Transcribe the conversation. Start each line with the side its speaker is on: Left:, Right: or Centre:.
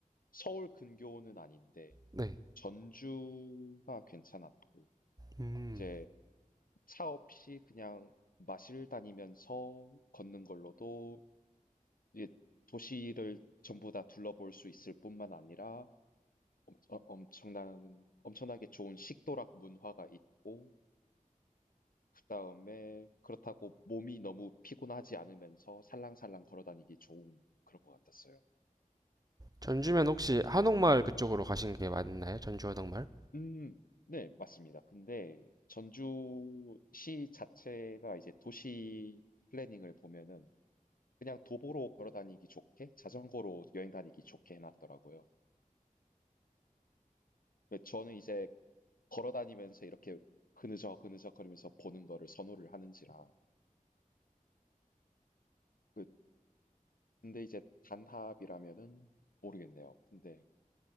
Left: 서울 근교는 아닌데
Right: 네.
Left: 전주가 괜찮았고
Right: 음.
Left: 이제 차 없이 그냥 마실 다니면서 걷는 걸로도 이게 도시를 전부 다 둘러볼 수 있을 뿐만 아니라 엄- 어, 엄청난, 엄청나게 좋은 식도락 문화가 있고, 그다음에 그렇다고 몸이 너무 피곤하지 않으면서 살랑살랑 걸어 다니기 좋은 그런 것 같았어요.
Right: 전주면 혹시 한옥마을 그쪽으로 가신 게 맞나요? 전주 한옥마을?
Left: 음, 네, 맞습니다. 근데 전주시 자체가 이제 도시 플래닝을 보면은 그냥 도보로 걸어 다니기 좋게, 자전거로 여행 다니기 좋게 해놨더라고요. 근데 저는 이제 걸어 다니면서 이렇게 그느적 그느적 거리면서 보는 거를 선호를 하는지라. 그- 근데 이제 단합이라면은 모르겠네요. 근데